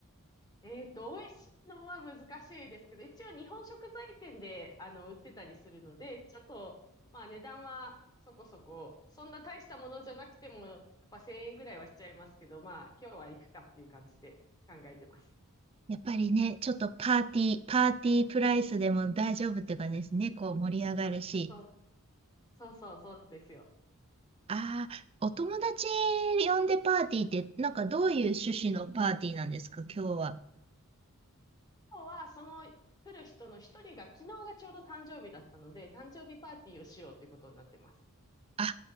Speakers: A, on the left; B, on the right.
A: えっと、美味しいのは難しいですけど、一応日本食材店で、あの、売ってたりするので、ちょっと、まあ値段はそこそこ、そんな大したものじゃなくても、やっぱ1000円ぐらいはしちゃいますけど、まあ今日は行くかっていう感じで考えてます。
B: やっぱりね、ちょっとパーティー、パーティープライスでも大丈夫っていうかですね、こう盛り上がるし。
A: そう、そうそうそうですよ。
B: ああ、お友達呼んでパーティーって、なんかどういう趣旨のパーティーなんですか、今日は。
A: 今日はその来る人の一人が昨日がちょうど誕生日だったので、誕生日パーティーをしようってことになってます。
B: あ、